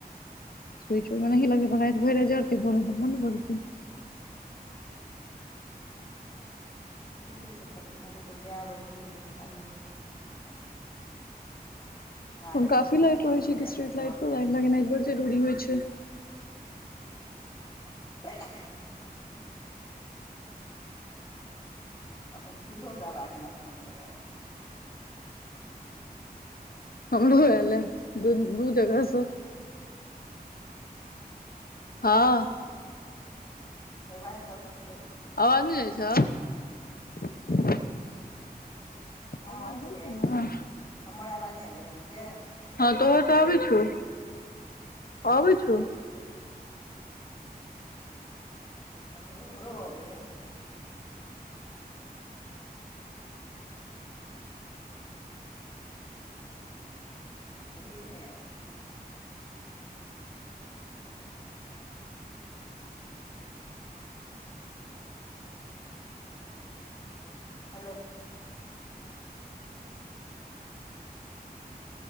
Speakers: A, on the left; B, on the left.
A: स्विच ओनेहि लगलै राएत भैर राएत जड़तै भोर मे अपन बंद भ जेतै।
B: ठीके छै, कम से कम लोक के जाय आबै मे तऽ सुविधा होय छै। हार
A: ओय मे
B: रहै
A: काफी लाइट
B: साँप
A: रहै छै
B: कीड़ाके
A: कि स्ट्रीट
B: डर
A: लाइट पर लाइन लगेना बहुत जरूरी होय छै।
B: <unintelligible> अपन छींको के आवाज हमरा फोन पर आएब गेल।
A: हमरो आएल ए दु दू जगह से।
B: ऊंह।
A: हां।
B: मुबाएल सब चीज के
A: अवाज नै जाय छो।
B: हँ
A: अवाज
B: अबैया
A: जाय छो नै
B: हमर आवाज नहि अबैया अहाँके
A: हां तोहर त आबै छौ, आबै छौ।
B: हमरो, हमरो आबैया। <unintelligible> भेले या। हेलो।